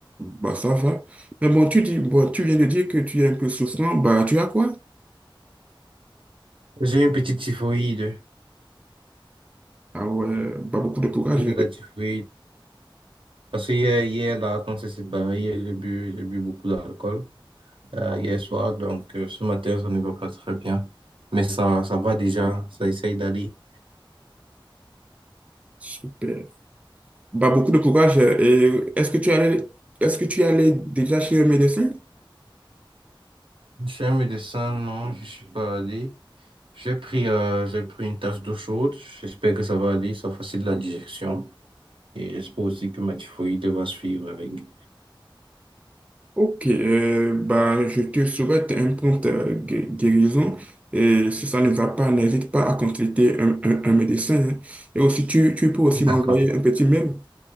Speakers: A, on the right (about 15°); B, on the right (about 70°).
A: bah, ça va. Mais bon, tu dis, bon, tu viens de dire que tu es un peu souffrant. Bah, tu as quoi?
B: J'ai une petite typhoïde.
A: Ah ouais, bah, beaucoup de courage.
B: J'ai de
A: hein.
B: la typhoïde. Parce que hier, hier là, quand c'est séparé, hier, j'ai bu, j'ai bu beaucoup d'alcool euh, hier soir. Donc, euh, ce matin, ça ne va pas très bien. Mais ça, ça va déjà. Ça essaye d'aller.
A: Super. Bah, beaucoup de courage. Et est-ce que tu allais, est-ce que tu allais déjà chez un médecin?
B: Chez un médecin, non, je suis pas allé. J'ai pris, euh, j'ai pris une tasse d'eau chaude. J'espère que ça va aller. Ça facilite la digestion. Et j'espère aussi que ma typhoïde va suivre avec.
A: Ok, euh, bah, je te souhaite un prompt euh, gué- guérison. Et si ça ne va pas, n'hésite pas à consulter un, un- un médecin. hein. Et aussi, tu, tu peux aussi
B: D'accord.
A: m'envoyer un petit mail